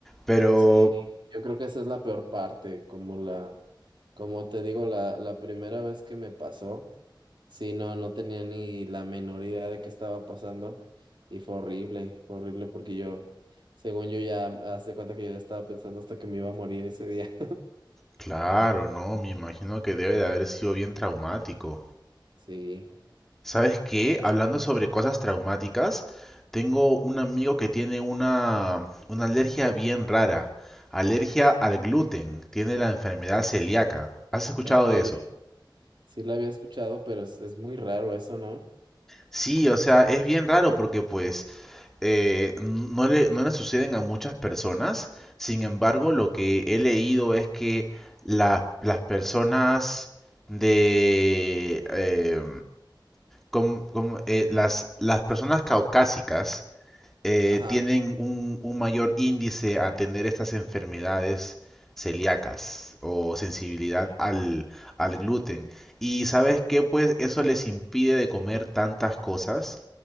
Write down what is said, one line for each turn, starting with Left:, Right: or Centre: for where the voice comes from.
Centre: Pero,
Right: sí. Yo creo que esa es la peor parte, como la, como te digo, la, la primera vez que me pasó, sí, no, no tenía ni la menor idea de qué estaba pasando y fue horrible, fue horrible porque yo, según yo ya, haz de cuenta que yo ya estaba pensando hasta que me iba a morir ese día.
Centre: claro, no, me imagino que debe de haber sido bien traumático.
Right: <laughs>
Centre: ¿Sabes qué?
Right: Sí.
Centre: Hablando sobre cosas traumáticas, tengo un amigo que tiene una, una alergia bien rara. Alergia al gluten. Tiene la enfermedad celíaca. ¿Has escuchado
Right: En serio,
Centre: de eso?
Right: sí la había escuchado, pero es, es muy raro eso, ¿no?
Centre: Sí, o sea, es bien raro porque pues eh, n- no le, no le suceden a muchas personas. Sin embargo, lo que he leído es que la- las personas de eh, com- com- eh, las, las personas caucásicas eh,
Right: Ajá.
Centre: tienen un, un mayor índice a tener estas enfermedades celíacas o sensibilidad
Right: ok.
Centre: al, al gluten. Y ¿sabes qué? Pues eso les impide de comer tantas cosas